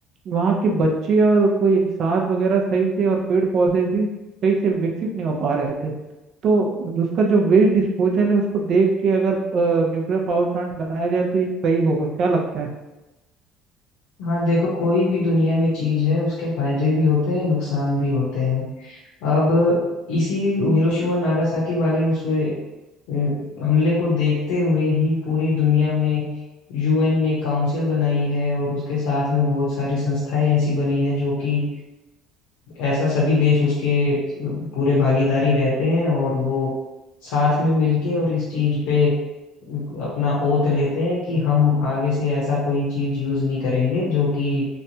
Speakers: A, on the right; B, on the left.
A: वहाँ के बच्चे और कोई इंसान वगैरह सही से और पेड़ पौधे भी सही से विकसित नहीं हो पा रहे थे तो उसका जो वेस्ट डिस्पोजल है उसको देख के अगर न्यूक्लियर पावर प्लांट बनाया जाए तो ये सही होगा क्या लगता है
B: हाँ देखो कोई भी दुनिया में चीज है उसके फायदे भी होते हैं नुकसान भी होते हैं अब इसी हिरोशिमा नागासाकी वाले उस अ, हमले को देखते हुए ही पूरी दुनिया में यूएन ने काउंसिल बनाई है और उसके साथ में बहुत सारी संस्थाएं ऐसी बनी है जो कि ऐसा सभी देश उसके पूरे भागीदारी रहते हैं और वो साथ में मिलके और इस चीज पे अपना ओथ लेते हैं कि हम आगे से ऐसा कोई चीज यूज नहीं करेंगे जो कि